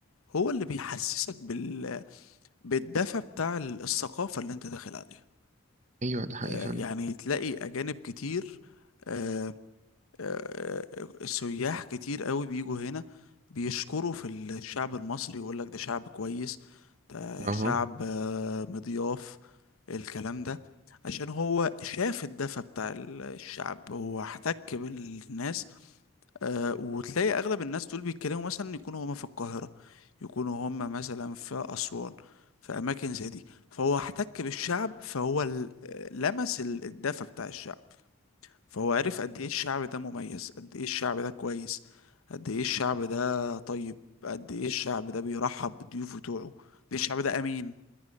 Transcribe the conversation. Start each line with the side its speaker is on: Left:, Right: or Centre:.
Left: هو اللي بيحسسك بال... بالدفى بتاع ال- الثقافة اللي انت داخل عليها
Right: ايوه ده حقيقي
Left: آه
Right: فعلا
Left: يعني تلاقي اجانب كتير آه آه آه، سياح كتير قوي بيجوا هنا بيشكروا في الشعب المصري يقول لك ده شعب كويس ده
Right: اها
Left: شعب آه مضياف الكلام ده عشان هو شاف الدفى بتاع ال- الشعب هو احتك بالناس آه، وتلاقي اغلب الناس دول بيتكلموا مثلا يكونوا هما في القاهرة يكونوا هما مثلا في اسوان في اماكن زي دي فهو احتك بالشعب فهو ال- آه، لمس ال- الدفى بتاع الشعب فهو عرف قد ايه الشعب ده مميز قد ايه الشعب ده كويس قد ايه الشعب ده طيب قد ايه الشعب ده بيرحب بالضيوف بتوعه قد ايه الشعب ده امين